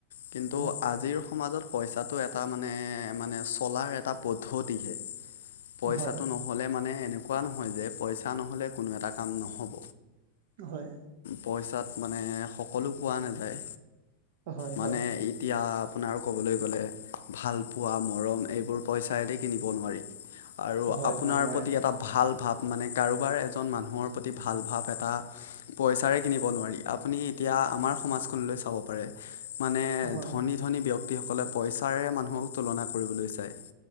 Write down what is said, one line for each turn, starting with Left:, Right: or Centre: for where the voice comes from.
Left: কিন্তু
Right: হয়
Left: আজিৰ সমাজত পইচা তাতো এটা মানে-মানে চলাৰ এটা পদ্ধতিহে পইচাটো
Right: হয়
Left: নহলে মানে, এনেকুৱা নহয় যে, পইচা নহলে কোনো এটা কাম নহ'ব,
Right: হয়
Left: পইচাত মানে সকলো পোৱা নাযায়,
Right: হয়
Left: মানে
Right: হয়
Left: এতিয়া আপোনাৰ ক'বলৈ গ'লে, ভালপোৱা, মৰম এইবোৰ পইচায়ে দি কিনিব নোৱাৰি। আৰু
Right: হয়
Left: আপোনাৰ
Right: হয় মই
Left: প্ৰতি এটা ভাল ভাব, মানে কাৰোবাৰ এজন মানুহৰ প্ৰতি ভাল ভাৱ এটা এটা পইচাৰে কিনিব নোৱাৰি। কি এতিয়া আমাৰ সমাজখনলৈ চাব পাৰে, মানে
Right: হয়
Left: ধনী-ধনী ব্যক্তি সকলে পইচা তাৰে মানুহক তুলনা কৰিবলৈ চাই।